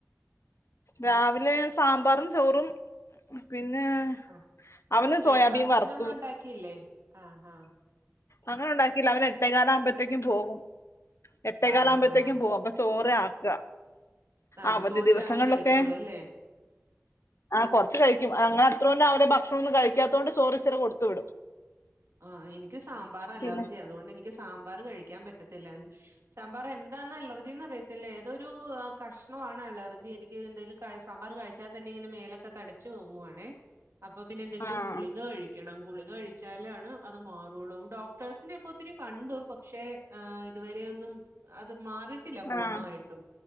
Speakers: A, on the left; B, on the right.
A: രാവിലെ സാമ്പാറും ചോറും പിന്നെ.
B: ആഹ്
A: അവന്
B: ബ്രേക്ക്ഫാസ്റ്റിനൊന്നും
A: സോയാബീൻ വറുത്തു
B: ഉണ്ടാക്കിയില്ലേ ആഹ് ആഹ്.
A: അങ്ങനെ ഉണ്ടാക്കില്ല അവന് എട്ടേ കാലാകുമ്പഴത്തേക്കും പോവും എട്ടേകാലാകുമ്പഴത്തേക്കും
B: ആ ആ ആ
A: പോവും അപ്പൊ. ചോറ് ആക്ക
B: ആണ്
A: അവധി
B: ചോറ്
A: ദിവസങ്ങളിലൊക്കെ.
B: രാവിലെ കഴിച്ചോളൂ അല്ലേ
A: ആഹ് കുറച്ചു കഴിക്കും അങ്ങന അത്രം രാവിലെ ഭക്ഷണം ഒന്നും കഴിക്കാത്തത് കൊണ്ട് ചോറ് ഇചിരി കൊടുത്തു വിടും.
B: ആഹ് എനിക്ക് സാമ്പാർ അലർജിയ
A: പിന്നെ
B: അതുകൊണ്ട് എനിക്ക് സാമ്പാറ് കഴിക്കാൻ പറ്റത്തില്ല സാമ്പാറെ ന്താന്ന് അലർജിന്ന് അറിയത്തില്ലേ. ഇതൊരു കഷ്ണവാണ് അലർജി എനിക്ക് എന്തയലും കഴി സാമ്പാറ് കഴിച്ചാൽ തന്നെ ഇങ്ങനെ മേലൊക്കെ തടി ച്ചു പോവാണേ അപ്പൊ പിന്നെ എന്തെങ്കിലും
A: ആഹ്
B: ഗുളിക കഴിക്കണം ഗുളിക കഴിച്ചാലാ ണ് അത് മാറുള്ളൂ ഡോക്ടേഴ്സിനക്കെ ഒത്തിരി കണ്ടു പക്ഷെ ആ ഇതുവരെ ഒന്നും. അത് മാറിയിട്ടില്ല പൂർണ്ണമായിട്ടും
A: ആഹ്